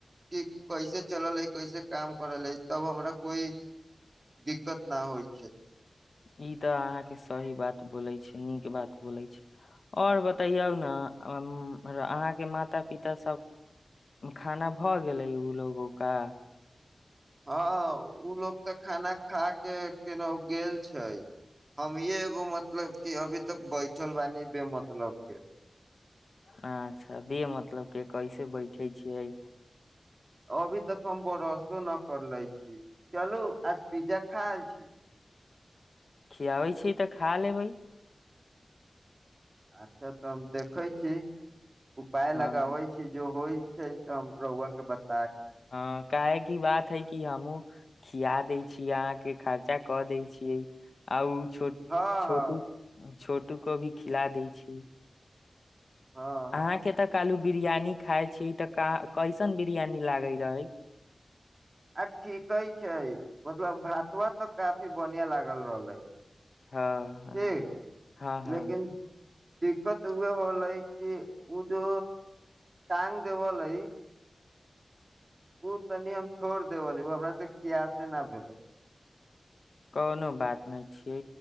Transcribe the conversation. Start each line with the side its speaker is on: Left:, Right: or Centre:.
Right: कि कैसे चलल है कैसे काम करल हइ तब हमरा कोइ दिक्कत न होइ छै
Left: ई तऽ अहाँके सही बात बोलै छै नीक बात बोलै छै आओर बतैयौ ने अहाँके माता पिता खाना भऽ गेलै ओ लोगोका
Right: हँ ओ लो तऽ खाना खा के केना गेल छै हम ये एगो मतलब कि अभी तक बैठल बानी बे मतलब के
Left: अच्छा मतलब के कैसे बैठे छियै
Right: अभी तक हम बरसो न कर ले छी चलू आज पिज़्ज़ा खा आल छी
Left: खियाबै छी तऽ खा लेबै
Right: अच्छा तऽ हम देखै छी उपाय
Left: हँ
Right: लगाबै छी जो होइ छै। तऽ हम रोआ के बता
Left: हँ काहे की बात है कि हमू खिया दै छियै अहाँके खर्चा कऽ दै छियै आउ
Right: हँ
Left: छोट
Right: हँ
Left: छोट छो कटू को भी खिला दै छै
Right: हँ हँ
Left: अहाँके तऽ कालू बिरियानी खाय छी। तऽ कैसन बिरियानी लागे रहै
Right: आ ठीके छै मतलब भात भात तऽ काफी बढ़िया लागल रहलै
Left: हँ हँ
Right: ठीक
Left: हँ
Right: लेकिन दिक्कत उह होलै कि उ जो टाँग देवल है ओ तनि हम छोड़ देबी ओ हमरा से क्यासे न भेलै
Left: कोनो बात नहि छियै